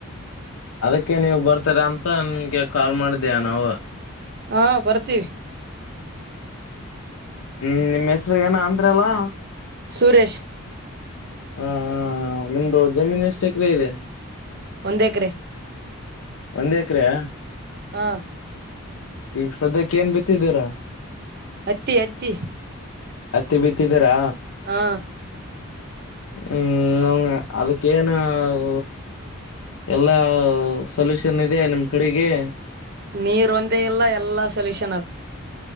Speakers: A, on the left (about 80°); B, on the right (about 50°).
A: ಅದಕ್ಕೆ ನೀವು ಬರ್ತೀರಾ ಅಂತ ನಿನ್ಗೆ ಕಾಲ್ ಮಾಡಿದ್ದೇಯ ನಾವು
B: ಹಾ ಬರ್ತೀವಿ
A: ಹ್ಮ್ ನಿಮ್ಮ್ ಹೆಸರು ಏನ ಅದ್ರ ಅಲ್ಲಾ
B: ಸುರೇಶ್
A: ಹಾ ನಿಮ್ದು ಜಮೀನ್ ಎಷ್ಟು ಎಕರೆ ಇದೆ
B: ಒಂದೇಕರೆ
A: ಒಂದ್ ಎಕ್ರೇ
B: ಹಾಂ
A: ಈಗ ಸದ್ಯಕ್ಕೆ ಏನ್ ಬಿತ್ತಿದ್ದೀರ
B: ಹತ್ತಿ ಹತ್ತಿ
A: ಹತ್ತಿ ಬಿತ್ತಿದ್ದೀರಾ
B: ಹಾ
A: ಹ್ಮ್ ಅವ ಅದಕ್ಕೇನ ಅವು ಎಲ್ಲಾ ಸಲ್ಯೂಷನ್ ಇದೆ ನಿಮ್ ಕಡೆಗೆ
B: ನೀರ ಒಂದೇ ಇಲ್ಲ ಎಲ್ಲ ಸೊಲ್ಯೂಷನ್ ಅದು